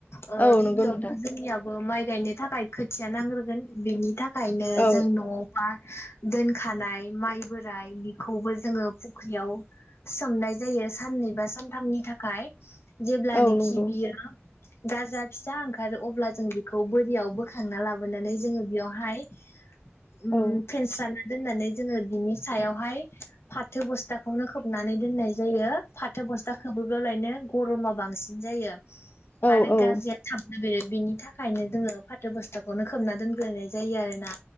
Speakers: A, on the left; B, on the left.
A: ओ
B: औ
A: गिबियावनो
B: नंगौ नोंथां
A: जोंनिया बो माइ गायनो थाखाय खोथिया नांग्रोगोन बेनि थाखायनो
B: औ
A: जों न आवबा दोनखानाय माइ बोराय बेखौबो जोङो फुख्रियाव सोमनाय जायो साननै बा सानथामनि थाखाय जेब्लानाखि
B: औ नंगौ
A: बियो गाजा फिसा ओंखारो अब्ला जों बेखौ बोरियाव बोखांना लाबोनानै जोङो बेयावहाय उम
B: औ
A: फेस्राना दोननानै जोङो बिनि सायावहाय फाथो बस्थाखौनो खोब खोबनानै दोननाय जायो फाथो बस्था खोबोैब्लालायनो गरमा बांसिन जायो।
B: औ
A: आरो
B: औ
A: गाजाया थाब बे बिनि थाखायनो जोङो फाथो बस्थाखौनो खोबना दोनग्रोनाय जायो आरो ना।